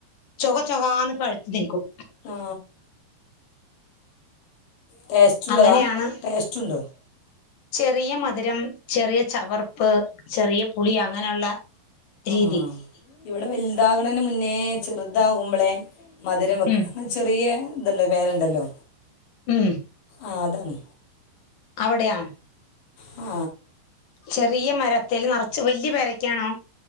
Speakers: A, on the left (about 55°); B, on the left (about 75°).
A: ചൊക ചൊകാന്ന് പഴുത്ത് നിൽക്കും
B: അ ടേസ്റ്റുള്ളതാ
A: അങ്ങനെയാണ്
B: ടേസ്റ്റ് ഉണ്ടോ
A: ചെറിയ മധുരം ചെറിയ ചവർപ്പ് ചെറിയ പുളി അങ്ങനെള്ള രീതി
B: ആ ഇവിടെ വലുതാക്ണേന്റെമുന്നേ ചെറുതാകുമ്പളെ മധുരം വെക്കണം
A: ഉം
B: ചെറിയ തുണ്ട് വേറെണ്ടല്ലോ
A: ഉം
B: ആ അതാണ്
A: അവിടെയാ
B: അ
A: ചെറിയ മരത്തില് നർ ചോല്യപേരക്കാണോ